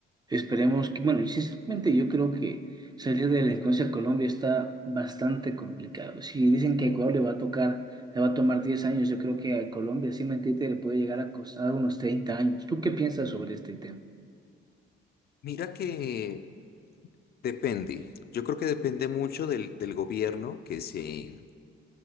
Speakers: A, on the right; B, on the left.
A: esperemos que, bueno, sinceramente yo creo que salir de la delincuencia a Colombia está bastante complicado. Si dicen que a Ecuador le va a tocar, le va a tomar 10 años, yo creo que a Colombia, sin mentirte, le puede llegar a costar unos 30 años. ¿Tú qué piensas sobre este tema?
B: Mira que... Depende. Yo creo que depende mucho del, del gobierno que se,